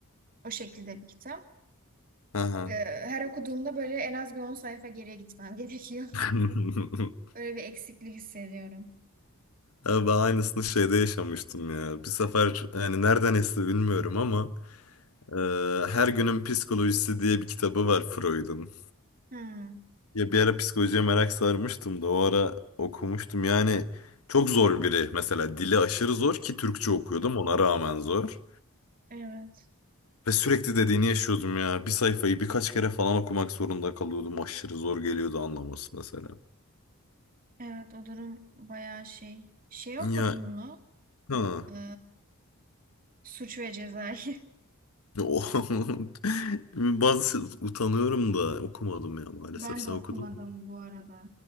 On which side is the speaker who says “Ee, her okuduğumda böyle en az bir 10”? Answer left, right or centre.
Right